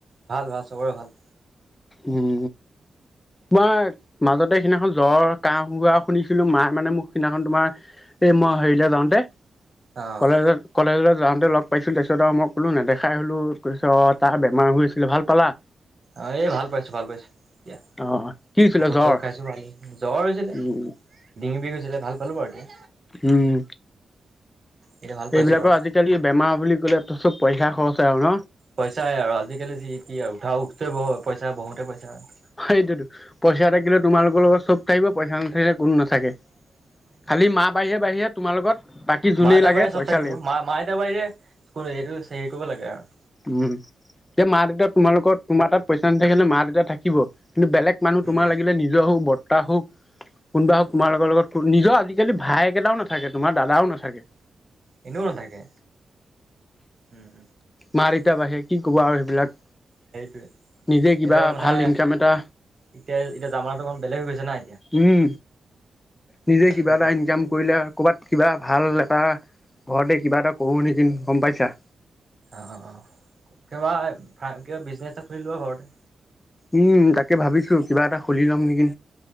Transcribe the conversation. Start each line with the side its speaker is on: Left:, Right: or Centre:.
Right: ভাল ভাল সবৰে ভাল
Left: উম তোমাৰ মাজতে সিদিনাখন জ্বৰ কাহ হোৱা শুনিছিলো মাৰ মানে মোক সিদিনাখন তোমাৰ এই মই হেৰিলে যাও দে
Right: অ'
Left: কলেজত কলেজলৈ যাও তহতে লগ পাইছিলো তাৰপিছত আৰু মই ক'লো নেদখাই হলো কৈছ তাৰ বেমাৰ হৈ আছিলে ভাল পালা
Right: অঁ এই ভাল পাইছোঁ ভাল পাইছোঁ এতিয়া
Left: অ' কি হৈছিলে
Right: ঔষধ
Left: জ্বৰ
Right: চৌষধ খাইছো ভাল জ্বৰ হৈছিলে
Left: উম
Right: ডিঙি বিষ হৈছিলে ভাল পালো বাৰু এতিয়া
Left: উম
Right: এতিয়া ভাল পাইছো
Left: এইবিলাকৰ
Right: বাৰু।
Left: আজিকালি বেমাৰ বুলি ক'লে ত চব পইা খৰচ আৰু ন
Right: পইচাই আৰু আজিকালি যি কি আৰু উঠা উঠোৱ বহ পইচা বহোতে পইচা আৰু
Left: হয় সেইটোতো পইচা থাকিলে তোমালোকৰ লগত চব থাকিব পইচা নাথাকিলে কোনো নাথাকে খালী মা বাহিৰে বাহিৰে তোমাৰ লগত বাকী যোনেই
Right: মাতাৰ
Left: লাগে
Right: বাহিৰে
Left: পইচা
Right: চব থাকিব
Left: লাগিব
Right: মা মাতাৰ বাৰিৰে এইটো হেৰি কৰিব লাগে আৰু
Left: উম এ মা দেউতা তোমালোকৰ তোমাৰ তাত পইচা নাথাকিলে মা দেউতা থাকিব কিন্তু বেলেগ মানুহ তোমাৰ
Right: উম
Left: লাগিলে নিজৰ হওক বৰ্তা হওক কোনোবা হওক তোমাৰ লগৰ লগত নিজৰ আজিকালি ভাইকেইটাও নাথাকে তোমাৰ দাদাও নাথাকে।
Right: এনেওমান থাকে উম
Left: মাৰতা বাঢ়ে কি ক'ব আৰু সেইবিলাক
Right: সেইটোয়ে
Left: নিজে কিবা
Right: এতিয়া মানে
Left: ভাল ইনকাম এটা
Right: এতিয়া এতিয়া জামাাটো অকমান বেলেগ হৈ গৈছে নাই
Left: উম নিজে কিবা
Right: সেইটোৱে
Left: এটা ইনকাম কৰিলে কৰবাত কিবা ভাল এটা ঘৰতে কিবা এটা কৰো নিচি গম পাইছা।
Right: অ অ কিবা কিবা বিজনেচ এটা খুলি লব ঘৰতে
Left: উম, তাকে ভাবিছো কিবা এটা খুলি লম নেকি?